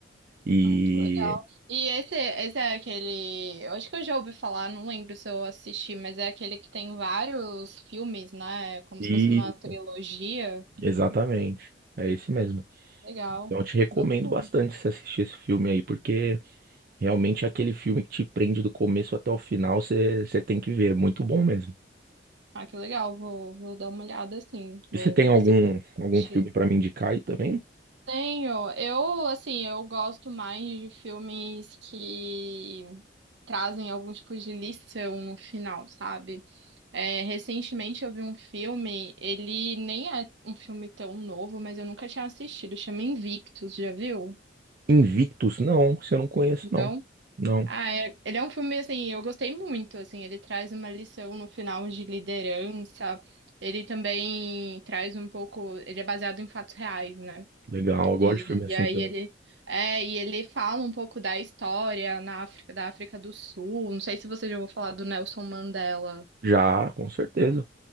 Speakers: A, on the right; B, on the right.
A: E.
B: Ah, que legal. E esse, esse é aquele. Eu acho que eu já ouvi falar, não lembro se eu assisti, mas é aquele que tem vários filmes, né? É Como
A: Isso,
B: se fosse uma trilogia.
A: exatamente. É esse mesmo.
B: Legal,
A: Então eu te recomendo
B: bacana.
A: bastante você assistir esse filme aí, porque realmente é aquele filme que te prende do começo até o final, você, você tem que ver. é Muito bom mesmo.
B: Ah, que legal, vou, vou dar uma olhada assim, vou,
A: E você tem
B: vou
A: algum,
B: ver se eu consigo
A: algum
B: assistir.
A: filme pra me indicar aí também?
B: Tenho, eu, assim, eu gosto mais de filmes que trazem algum tipo de lição no final, sabe? É, recentemente eu vi um filme, ele nem é um filme tão novo, mas eu nunca tinha assistido, chama Invictus, já viu?
A: Invictus? Não, você não conhece, não.
B: Não?
A: Não.
B: Ah, é- ele é um filme, assim, eu gostei muito, assim, ele traz uma lição no final de liderança, ele também traz um pouco, ele é baseado em fatos reais, né?
A: Legal, eu
B: E,
A: gosto de filme assim
B: e aí
A: também.
B: ele, é, e ele fala um pouco da história na África, da África do Sul, não sei se você já ouviu falar do Nelson Mandela.
A: Já, com certeza.